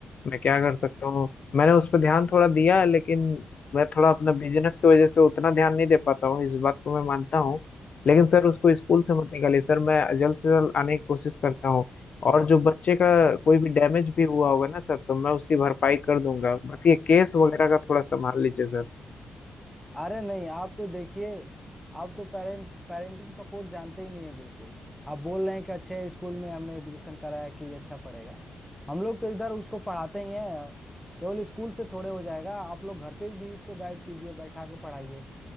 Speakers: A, on the left; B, in the centre.
A: मैं क्या कर सकता हूँ मैंने उस पर ध्यान थोड़ा दिया है, लेकिन मैं थोड़ा अपना बिजनेस की वजह से उतना ध्यान नहीं दे पाता हूँ इस बात को मैं मानता हूँ लेकिन सर उसको स्कूल से मत निकालिए सर मैं जल्द से जल्द आने की कोशिश करता हूँ और जो बच्चे का कोई भी डैमेज भी हुआ होगा ना सर तो मैं उसकी भरपाई कर दूंगा बस ये केस वगैरह का थोड़ा संभाल लीजिए सर
B: अरे नहीं आप तो देखिए आप तो पेरेंट पेरेंटिंग सपोर्ट जानते ही नहीं है बिल्कुल आप बोल रहे हैं कि अच्छे स्कूल में हमने एडमिशन कराया कि ये अच्छा पढ़ेगा हम लोग तो इधर उसको पढ़ाते ही हैं केवल स्कूल से थोड़े हो जाएगा आप लोग घर पे भी उसको गाइड कीजिए बैठा के पढ़ाइए